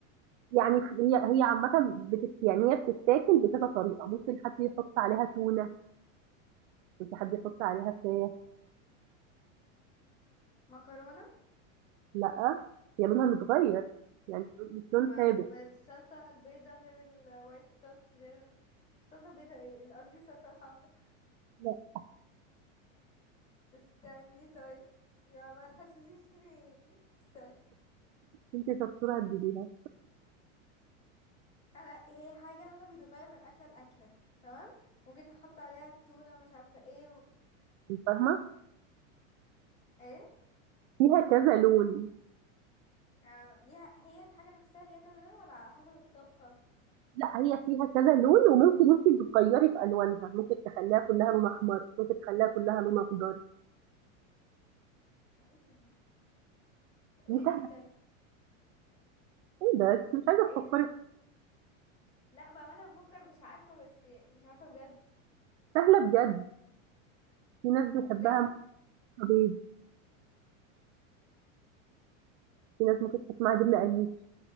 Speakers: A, on the right (about 65°); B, on the left (about 30°).
A: يعني هي هي عامة بتت يعني هي بتتاكل بكذا طريقة ممكن حد يحط عليها تونة ممكن حد يحط عليها فراخ
B: مكرونة
A: لا هي لونها متغير يعني مش لون
B: مع
A: ثابت
B: م- بالصلصة البيضة غير الوايت صوص غير صلصة بيضة ايه اللي قصدي صلصة حمرا
A: لا
B: استني طيب يا ما تحسسيشني استني
A: انت شطورة تجيبيها
B: انا هي حاجة لونها بيتغير من أكلة لأكلة تمام ممكن نحط عليها تونة ومش عارفة ايه و...
A: انت فاهمة
B: ايه
A: فيها كذا لون
B: آه ليها هي الحاجة نفسها ليها كذا لون ولا على حسب الطبخة
A: لا هي فيها كذا لون وممكن انت تغيري في الوانها ممكن تخليها كلها لون احمر ممكن تخليها كلها لون اخضر
B: ده ايه ده ده
A: دي
B: قولي
A: سهلة
B: دي طيب
A: ايه ده انت مش عايزة
B: ايه
A: تفكري
B: لا بقى ما انا بفكر مش عارفة بس مش عارفة بجد
A: سهلة بجد في ناس بيحبها
B: بجد
A: مع بيض في ناس ممكن تحط معاها جبنة قريش